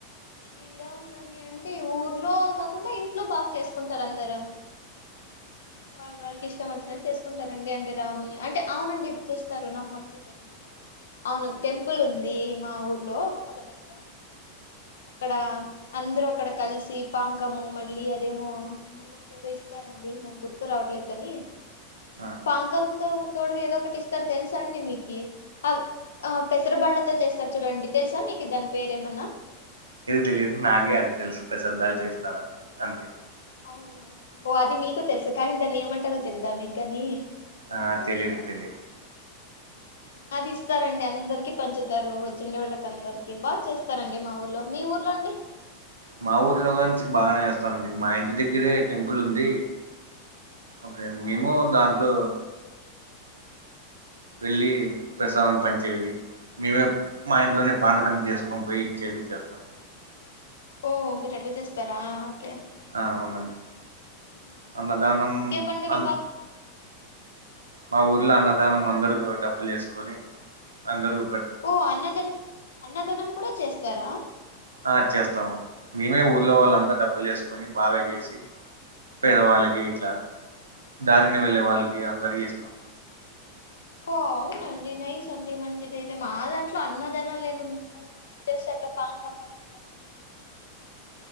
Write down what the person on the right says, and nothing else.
ఆ
తెలీదు నాకి అది తెలుసు పేసర్ బ్యాల్తో ఇస్తారా అంతే
ఆ తెలిదు తెలిదు
మా ఊర్లో గాని బాగనే చేస్తారండి మా ఇంటి దగ్గరే టెంపుల్ ఉంది ఒకే మేము
దాంట్లో వెళ్ళి ప్రసాదం పంచేది మేమే మా ఇంట్లోనే పానకం చేసుకొని పోయి ఇచ్చేది చేస్తాం
ఆ అవునం
అన్నదానం
అన్
మా ఊర్లో అన్నదానం అందరు డబ్బులేసుకొని అందరు
ఆ చేస్తము మేమే ఊర్లో
వాళ్ళంత
డబ్బులేసుకొని బాగ చేసి పేదవాళ్ళకి
ఇట్ల దారిన వెళ్ళే వాళ్ళకి అందరికీ ఇస్తాం